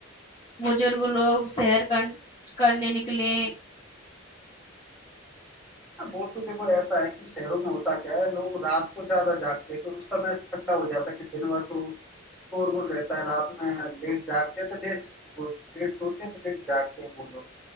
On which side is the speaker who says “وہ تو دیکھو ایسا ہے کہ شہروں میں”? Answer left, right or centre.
Centre